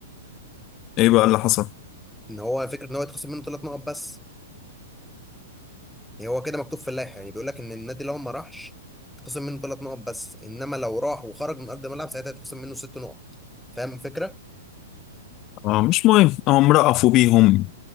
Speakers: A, on the left; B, in the centre.
A: إيه بقى اللي حصل؟
B: ان هو فكره ان هو يتخصم منه ثلاث نقط بس يعني هو كده مكتوب في اللائحه يعني بيقول لك ان النادي لو ما راحش يتخصم منه ثلاث نقط بس انما لو راح وخرج من ارض الملعب ساعتها يتخصم منه ست نقط فاهم الفكره؟
A: آه مش مهم هم رأفوا بيهم